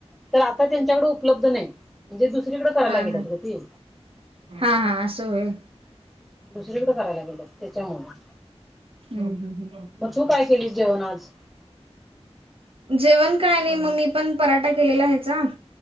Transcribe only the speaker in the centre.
तर आता त्यांच्याकडे उपलब्ध नाही म्हणजे दुसरीकडे करायला
गेलं
त
दुसरीकडें करायला गेलं त्याच्यामुळे
तू काय केली जेवण आज